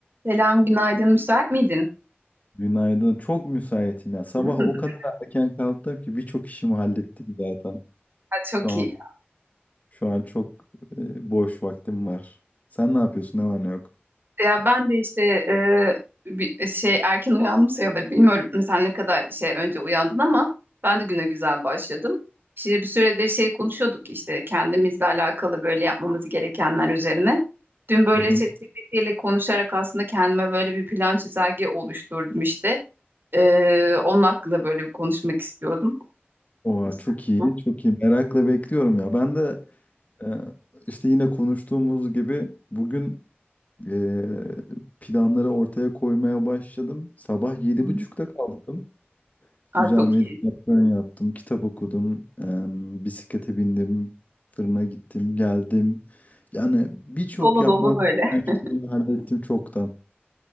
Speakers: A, on the right; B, on the left.
A: Selam, günaydın. Müsait miydin?
B: Günaydın. Çok müsaitim ya. Sabah
A: <laughs>
B: o kadar erken kalktım ki birçok işimi hallettim zaten.
A: Ha, Çok
B: Şu an
A: iyi.
B: şu an çok e, boş vaktim var. Sen ne yapıyorsun? Ne var ne yok?
A: Ya ben de işte e, bir e, şey erken uyandım sayılır. Bilmiyorum sen ne kadar şey önce uyandın ama ben de güne güzel başladım. Şimdi bir süredir şey konuşuyorduk işte kendimizle alakalı böyle yapmamız gerekenler üzerine. Dün böyle
B: Hı hı.
A: ChatGPT ile konuşarak aslında kendime böyle bir plan çizelge oluşturdum işte. E, onun hakkında böyle bir konuşmak istiyordum.
B: Oo,
A: Müsait
B: çok iyi,
A: mi?
B: çok iyi. Merakla bekliyorum ya. Ben de e, işte yine konuştuğumuz gibi bugün e, planları ortaya koymaya başladım. Sabah yedi
A: Hı hı.
B: buçukta kalktım.
A: Ha,
B: Güzel
A: çok
B: meditasyon
A: iyi.
B: yaptım, kitap okudum, em, bisiklete bindim, fırına gittim, geldim. Yani birçok
A: Dolu
B: yapmam
A: dolu böyle.
B: gereken
A: <laughs>
B: şeyi hallettim çoktan.